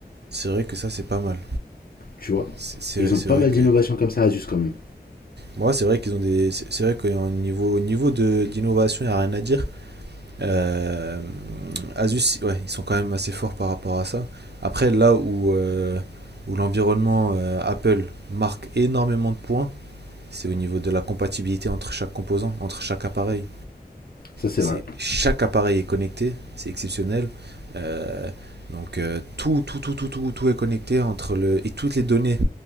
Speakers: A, on the right; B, on the left.
A: vrai que ça, c'est pas mal.
B: tu vois.
A: C'est-
B: Et ils ont pas
A: vrai
B: mal
A: que.
B: d'innovations comme ça, Asus quand même.
A: Moi, c'est vrai qu'ils ont des. C'est vrai qu'au niveau, niveau de- d'innovation, il n'y a rien à dire. Euh, Asus, ouais, ils sont quand même assez forts par rapport à ça. Après, là où, euh, où l'environnement euh, Apple marque énormément de points, c'est au niveau de la compatibilité entre chaque composant, entre chaque appareil.
B: Ça c'est
A: c'est
B: vrai.
A: chaque appareil est connecté, c'est exceptionnel. Euh, donc euh, tout, tout, tout, tout, tout, tout est connecté entre le et toutes les données